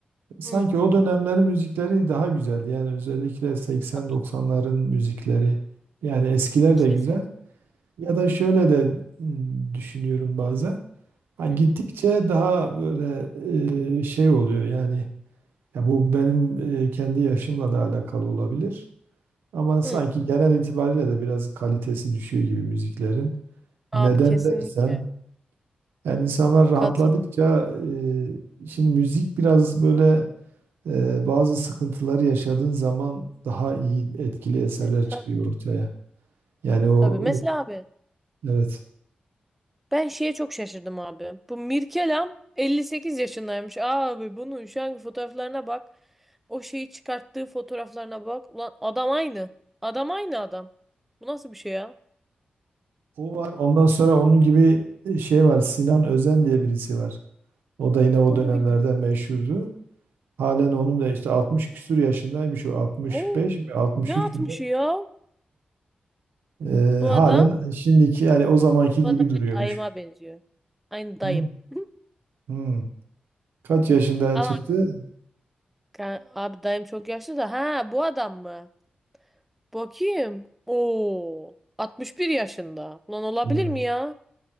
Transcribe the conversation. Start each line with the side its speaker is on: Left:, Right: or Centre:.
Right: Sanki
Centre: Hı,
Right: o dönemlerin müzikleri daha güzel. Yani özellikle 80-90'ların
Centre: Tabii.
Right: müzikleri. Yani eskiler de
Centre: Kes,
Right: güzel. Ya da şöyle de m, düşünüyorum bazen. Ha, gittikçe
Centre: hı,
Right: daha böyle e, şey oluyor yani. Ya bu benim e, kendi yaşımla da alakalı olabilir. Ama sanki
Centre: hı.
Right: genel itibariyle de biraz kalitesi düşüyor gibi müziklerin.
Centre: abi
Right: Neden
Centre: kesinlikle
Right: dersen, yani insanlar rahatladıkça
Centre: katıl.
Right: e, şimdi müzik biraz böyle e, bazı sıkıntıları yaşadığın zaman daha iyi etkili eserler
Centre: E,
Right: çıkıyor
Centre: tabii,
Right: ortaya. Yani o
Centre: tabii. Mesela abi
Right: e, evet
Centre: ben şeye çok şaşırdım abi. Bu Mirkelam 58 yaşındaymış. Abi bunun şu anki fotoğraflarına bak. O şeyi çıkarttığı fotoğraflarına bak. Ulan adam aynı. Adam aynı adam. Bu nasıl bir şey ya?
Right: o var. Ondan sonra onun gibi e, şey var. Sinan Özen diye birisi var. O da yine
Centre: Bak
Right: o
Centre: onu
Right: dönemlerde
Centre: bilmiyorum.
Right: meşhurdu. Halen onun da işte 60 küsur yaşındaymış o 65
Centre: Oo,
Right: mi 63
Centre: ne atmış
Right: mü ne?
Centre: ya
Right: E,
Centre: bu
Right: halen
Centre: adam?
Right: şimdiki yani o zamanki gibi
Centre: Bu adam
Right: duruyormuş.
Centre: benim dayıma benziyor. Aynı dayım.
Right: Hı,
Centre: <laughs>
Right: hı. Kaç yaşında
Centre: Ama
Right: çıktı?
Centre: Ka- Abi dayım çok yaşlı da. Ha bu adam mı? Bakayım. Oo. 61 yaşında. Lan olabilir
Right: Ya,
Centre: mi ya?